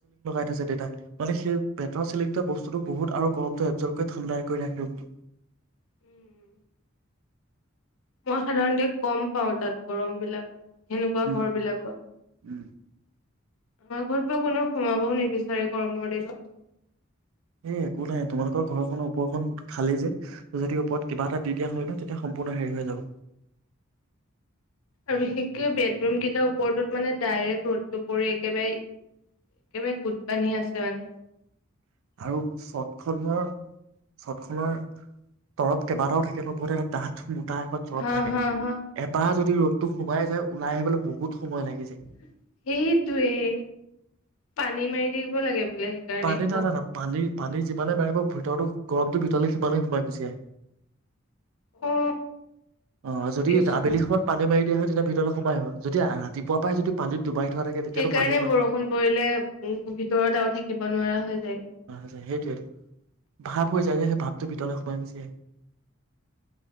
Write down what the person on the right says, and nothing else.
এজ এ ডেতা মানে সেই বেতৰ চিলিং টোৱে বস্ত বস্তুটো বহু আৰু গৰমটো এবজৰ্বকৈ ঠাণ্ডা এ কৰি ৰাখে। তেওঁ
উম
উম
এই একো নাই তোমালোকৰ ঘৰখনৰ ওপৰখন খালি যে যদি ওপৰত কিবা এটা দি দিয়া হয় ন তেতিয়া সম্পূৰ্ণ হেৰি হৈ যাব।
আৰু চতখনৰ চত খনৰ তৰৱ কেইবাটাও থাকে ম বহুত এটা ডাঠম এটাত চৰপ
থাকে
এবাৰ যদি ৰ'দতটো সোমাই যায় ওলাই আহিবলৈ বহুত সময়
লাগি যায়
পানী
দাদা ন পানী পানী যিমানে মাৰিব ভিতৰতো গৰমটো ভিতৰলৈ সিমানেই সোমাই গুচি আহে
অ যদি
আবেলি সময়ত পানী মাৰি দিয়া হয় তেতিয়া ভিতৰলৈ সোমাই হয় যদি ৰাতিপুৱা পাই যদি পানীত ডুবাই থোৱা থাকে তেতিয়াতো
পানী ইমান
সেইটোৱেই ভাৱ হৈ যায় যে সেই ভাৱটো ভিতলে সোমাই গুচি আহে।